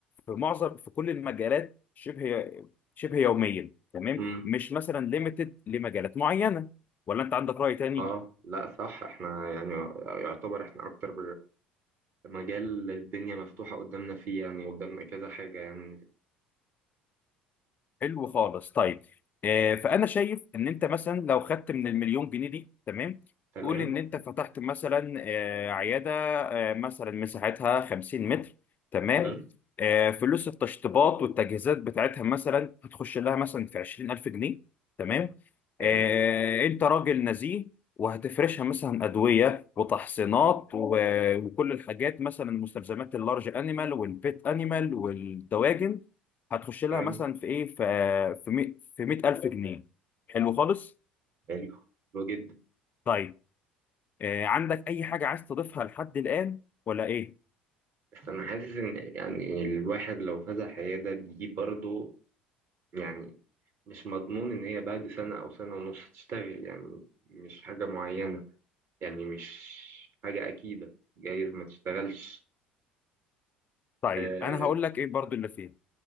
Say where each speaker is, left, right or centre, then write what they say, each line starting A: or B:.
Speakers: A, on the left (about 30°); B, on the right (about 45°).
A: في معظم في كل المجالات شبه شبه يوميا تمام
B: مم.
A: مش مثلا ليميتد لمجالات معينه ولا انت عندك راي تاني
B: اه لا صح احنا يعني يعتبر احنا اكتر مجال الدنيا مفتوحة قدامنا فيه يعني قدامنا كذا حاجة يعني
A: حلو خالص طيب آه فانا شايف ان انت مثلا لو خدت من المليون جنيه دي تمام
B: تمام
A: قول ان انت فتحت مثلا آه عياده آه مثلا مساحتها 50 متر تمام
B: مم.
A: آه فلوس التشطيبات والتجهيزات بتاعتها مثلا هتخش لها مثلا في 20000 جنيه تمام
B: تمام
A: آه انت راجل نزيه وهتفرشها مثلا ادويه وتحصينات و- وكل الحاجات مثلا مستلزمات اللارج انيمال والبيت انيمال والدواجن هتخش لها
B: تمام
A: مثلا في ايه في في مي- في 100000 جنيه حلو خالص
B: حلو حلو جدا
A: طيب آه، عندك اي حاجه عايز تضيفها لحد الان ولا ايه
B: بس أنا حاسس إن يعني الواحد لو فتح عيادة دي برضه يعني مش مضمون إن هي بعد سنة أو سنة ونص تشتغل يعني مش حاجة معينة يعني مش حاجة أكيدة جايز ما تشتغلش
A: طيب
B: آه
A: انا هقول لك ايه برضو اللي فيها